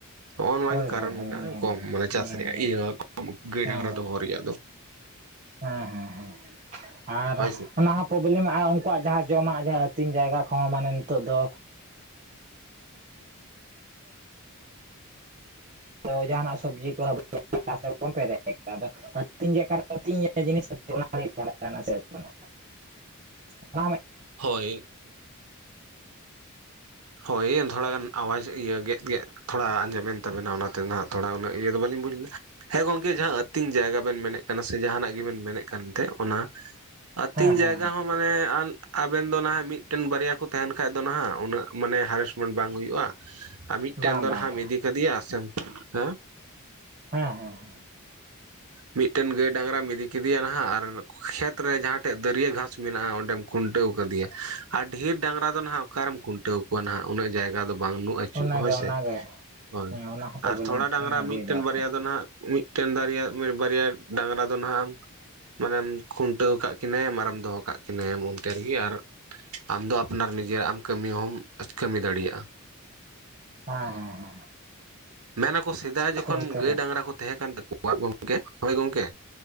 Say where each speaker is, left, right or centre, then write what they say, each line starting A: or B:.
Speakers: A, on the right (about 80°); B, on the right (about 35°).
A: ᱦᱚᱸᱜᱼᱚ ᱱᱚᱣᱟ
B: ᱦᱳᱭ
A: ᱜᱮ ᱠᱟᱨᱚᱱ
B: ᱦᱳᱭ ᱦᱳᱭ
A: ᱢᱮᱱᱟᱜᱼᱟ
B: ᱱᱤᱦᱟᱹᱛ
A: ᱠᱚᱢ
B: ᱜᱮ
A: ᱢᱟᱱᱮ ᱪᱟᱥ
B: ᱱᱤᱦᱟᱹᱛ
A: ᱨᱮᱭᱟᱜ
B: ᱜᱮ
A: ᱤᱭᱟᱹ ᱠᱚ ᱜᱟᱹᱭ
B: ᱦᱮᱸ
A: ᱰᱟᱝᱨᱟ
B: ᱦᱮᱸ
A: ᱫᱚᱦᱚ ᱨᱮᱭᱟᱜ ᱫᱚ᱾
B: ᱦᱮᱸ ᱦᱮᱸ ᱦᱮᱸ ᱟᱨ
A: ᱦᱳᱭ ᱥᱮ
B: ᱚᱱᱟᱦᱚᱸᱼᱼ ᱯᱨᱚᱵᱞᱮᱢ ᱢᱟ ᱦᱟᱸᱜ ᱩᱱᱠᱩᱣᱟᱜ ᱡᱟᱦᱟᱸ ᱡᱚᱢᱟᱜ ᱡᱟᱦᱟᱸ ᱟᱹᱛᱤᱧ ᱡᱟᱭᱜᱟ ᱠᱚᱦᱚᱸ ᱢᱟᱱᱮ ᱱᱤᱛᱚᱜ ᱫᱚᱼᱼ <inaudible> ᱡᱟᱦᱟᱱᱟᱜ ᱥᱚᱵᱽᱡᱤ ᱠᱚ ᱦᱟᱹᱵᱤ ᱡᱟᱹᱵᱤ ᱪᱟᱥ ᱛᱮᱜᱮᱵᱚᱱ ᱯᱮᱨᱮᱡ ᱠᱟᱜ-ᱟ ᱟᱫᱚ ᱟᱹᱛᱤᱧ ᱡᱟᱭᱜᱟ ᱨᱮ <inaudible> <unintelligible>
A: ᱦᱳᱭ ᱦᱳᱭ ᱛᱷᱚᱲᱟ ᱜᱟᱱ ᱟᱣᱟᱡᱽ ᱤᱭᱟᱹ ᱜᱮᱫ ᱜᱮᱫ ᱛᱷᱚᱲᱟ ᱟᱸᱡᱚᱢᱮᱱ ᱛᱟᱵᱮᱱᱟ ᱚᱱᱟᱛᱮ ᱱᱟᱦᱟᱜ ᱛᱷᱚᱲᱟ ᱩᱱᱟᱹᱜ ᱤᱭᱟᱹ ᱫᱚ ᱵᱟᱹᱞᱤᱧ ᱵᱩᱡᱽ ᱞᱮᱫᱟ᱾ ᱦᱮᱸ ᱜᱚᱢᱠᱮ ᱡᱟᱸᱦᱟᱸ ᱟᱹᱛᱤᱧ ᱡᱟᱭᱜᱟ ᱵᱮᱱ ᱢᱮᱱᱮᱫ ᱠᱟᱱᱟ ᱥᱮ ᱡᱟᱦᱟᱱᱟᱜ ᱜᱮᱵᱮᱱ ᱢᱮᱱᱮᱫ ᱠᱟᱱ ᱮᱱᱛᱮ ᱚᱱᱟᱼᱼ ᱟᱹᱛᱤᱧ
B: ᱦᱮᱸ ᱦᱮᱸ
A: ᱡᱟᱭᱜᱟ ᱦᱚᱸ ᱢᱟᱱᱮ ᱟᱞ ᱟᱵᱮᱱ ᱫᱚ ᱱᱟᱦᱟᱜ ᱢᱤᱫᱴᱮᱱ ᱵᱟᱨᱭᱟ ᱠᱚ ᱛᱟᱦᱮᱱ ᱠᱷᱟᱡ ᱫᱚ ᱱᱟᱦᱟᱜ ᱩᱱᱟᱹᱜ ᱢᱟᱱᱮ ᱦᱟᱨᱮᱥᱢᱮᱱ ᱵᱟᱝ ᱦᱩᱭᱩᱜᱼᱟ ᱟᱨ ᱢᱤᱫᱴᱮᱱ
B: ᱵᱟᱝ
A: ᱫᱚ
B: ᱵᱟᱝ
A: ᱱᱟᱦᱟᱜ
B: ᱵᱟᱝ
A: ᱮᱢ ᱤᱫᱤ ᱠᱟᱫᱮᱭᱟ ᱥᱮᱢ ᱦᱮᱸ
B: ᱦᱮᱸ ᱦᱮᱸ <unintelligible> <inaudible>
A: ᱢᱤᱫᱴᱮᱱ ᱜᱟᱹᱭ ᱰᱟᱝᱨᱟᱢ ᱤᱫᱤ ᱠᱮᱫᱮᱭᱟ ᱱᱟᱦᱟᱜ ᱟᱨ ᱠᱷᱮᱛ ᱨᱮ ᱡᱟᱦᱟᱸᱴᱷᱮᱡ ᱫᱟᱹᱨᱭᱟᱹ ᱜᱷᱟᱸᱥ ᱢᱮᱱᱟᱜᱼᱟ ᱚᱸᱰᱮᱢ ᱠᱷᱩᱱᱴᱟᱹᱣ ᱠᱟᱫᱮᱭᱟ ᱟᱨ ᱰᱷᱮᱹᱨ ᱰᱟᱝᱨᱟ ᱫᱚ ᱱᱟᱦᱟᱜ ᱚᱠᱟᱨᱮᱢ ᱠᱷᱩᱱᱴᱟᱹᱣ ᱠᱚᱣᱟ ᱱᱟᱦᱟᱜ ᱩᱱᱟᱹᱜ ᱡᱟᱭᱜᱟ ᱫᱚ ᱵᱟᱝ ᱱᱩᱜ ᱯᱟᱹᱪᱩᱜ
B: ᱚᱱᱟᱜᱮ
A: ᱦᱳᱭ
B: ᱚᱱᱟᱜᱮ
A: ᱥᱮ ᱦᱳᱭ
B: ᱦᱮᱸ ᱚᱱᱟ ᱦᱚᱸ ᱯᱨᱚᱵᱞᱮᱢ
A: ᱟᱨ ᱛᱷᱚᱲᱟ ᱰᱟᱝᱨᱟ
B: ᱟᱹᱜᱩᱭᱮᱫᱟ
A: ᱢᱤᱫᱴᱮᱱ
B: ᱟᱨᱠᱤ
A: ᱵᱟᱨᱭᱟ ᱫᱚ ᱱᱟᱦᱟᱜ ᱢᱤᱫ ᱴᱮᱱ ᱫᱟᱨᱮᱭᱟ ᱵᱟᱨᱭᱟ ᱰᱟᱝᱨᱟ ᱫᱚ ᱱᱟᱦᱟᱜ ᱟᱢ ᱢᱟᱱᱮᱢ ᱠᱷᱩᱱᱴᱟᱹᱣ ᱠᱟᱜ ᱠᱤᱱᱟᱹᱭᱟᱢ ᱟᱨᱮᱢ ᱫᱚᱦᱚ ᱠᱟᱜ ᱠᱤᱱᱟᱹᱭᱟᱢ ᱚᱱᱛᱮ ᱨᱮᱜᱤ ᱟᱨ ᱟᱢ ᱫᱚ ᱟᱯᱱᱟᱨ ᱱᱤᱡᱮᱨᱟᱜ ᱮᱢ ᱠᱟᱹᱢᱤ ᱦᱚᱸᱢ ᱠᱟᱹᱢᱤ ᱫᱟᱲᱤᱭᱟᱜᱼᱟ
B: ᱦᱮᱸ ᱦᱮᱸ ᱦᱮᱸ
A: ᱢᱮᱱ ᱟᱠᱚ ᱥᱮᱫᱟᱭ ᱡᱚᱠᱷᱚᱱ
B: ᱦᱮᱸ ᱮᱠᱟᱨᱮ
A: ᱜᱟᱹᱭ ᱰᱟᱝᱨᱟ ᱠᱚ ᱛᱮᱦᱮ ᱠᱟᱱ ᱛᱟᱠ ᱛᱟᱠᱚᱣᱟ ᱜᱚᱢᱠᱮ ᱦᱳᱭ ᱜᱚᱝᱠᱮ